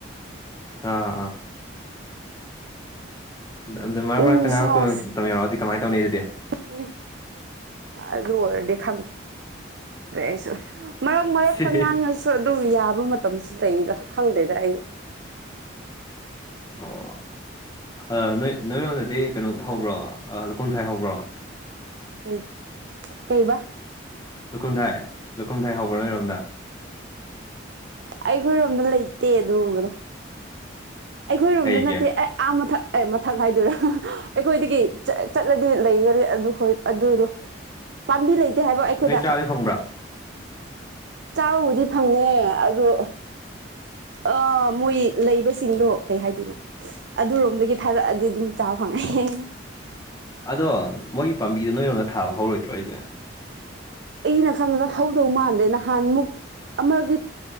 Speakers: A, on the left; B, on the right.
A: ꯑꯥ ꯑꯥ ꯑ ꯃꯔꯛ
B: ꯅꯨꯡꯁꯥꯁꯦ
A: ꯃꯔꯛꯇ ꯉꯥꯡꯉꯛꯄ ꯃꯇꯝ ꯑꯣꯔꯗꯤ ꯀꯃꯥꯏꯅ ꯇꯧꯅꯤ ꯑꯗꯨꯗꯤ
B: ꯎꯝ ꯑꯗꯨ ꯑꯣꯏꯔꯗꯤ ꯈꯪ꯭ꯔꯦ ꯑꯩꯁꯨ ꯃꯔꯛ ꯃꯔꯛꯇ
A: ꯁꯤ
B: ꯉꯥꯡꯉꯁꯨ ꯑꯗꯨ ꯌꯥꯕ ꯃꯇꯝꯁꯨ ꯂꯩꯔ ꯈꯪꯗꯦꯗ ꯑꯩ
A: ꯑꯣ ꯑꯗꯨ ꯅꯣꯏ ꯅꯣꯏꯔꯣꯟꯗꯗꯤ ꯀꯩꯅꯣ ꯍꯧꯕ꯭ꯔꯣ ꯂ ꯀꯨꯝꯊꯥꯏ ꯍꯧꯕ꯭ꯔꯣ
B: ꯀꯩ ꯀꯩꯕ
A: ꯂꯨꯈꯨꯝꯊꯥꯏ ꯂꯈꯨꯝꯊꯥꯏ ꯍꯧꯕ꯭ꯔꯥ ꯅꯣꯏꯔꯣꯝꯗ
B: ꯑꯩꯈꯣꯏꯔꯣꯝꯗ ꯂꯩꯇꯦ ꯑꯗꯨꯒꯨꯝꯕꯗꯣ ꯑꯩꯈꯣꯏ ꯔꯣꯝꯗ
A: ꯀꯩꯒꯤ
B: ꯅꯠꯇꯦ ꯑꯥ ꯃꯊꯛ ꯑꯦ ꯃꯊꯛ ꯍꯥꯏꯗꯣꯏꯔꯥ ꯑꯩꯈꯣꯏꯗꯒꯤ ꯆꯠꯂꯗꯤ ꯂꯩꯒꯅꯤ ꯑꯗꯨ ꯍꯣꯏ ꯑꯗꯨꯗꯣ ꯄꯥꯟꯝꯕꯤ ꯂꯩꯇꯦ ꯍꯥꯏꯕ ꯑꯩꯈꯣꯏꯗ
A: ꯅꯣꯏ ꯆꯥꯕꯗꯤ ꯐꯪꯕ꯭ꯔꯥ
B: ꯆꯥꯕꯕꯨꯗꯤ ꯐꯪꯉ ꯑꯗꯣ ꯑ ꯃꯣꯏ ꯂꯩꯕꯁꯤꯡꯗꯣ ꯀꯩ ꯍꯥꯏꯗꯣꯏꯅꯣ ꯑꯗꯨꯔꯣꯝꯗꯒꯤ ꯊꯥꯔꯛꯑꯗꯤ ꯑꯗꯨꯝ ꯆꯥ ꯐꯪꯉꯛꯑꯦ
A: ꯑꯗꯣ ꯃꯣꯏꯒꯤ ꯄꯥꯝꯕꯤꯗꯨꯣ ꯅꯣꯏꯔꯣꯝꯗ ꯊꯥꯕ ꯍꯧꯔꯣꯏꯗ꯭ꯔꯣ ꯍꯥꯏꯁꯦ
B: ꯑꯩꯅ ꯈꯟꯕꯗ ꯍꯧꯗꯧ ꯃꯥꯟꯗꯦ ꯅꯍꯥꯟꯃꯨꯛ ꯑꯃꯒꯤ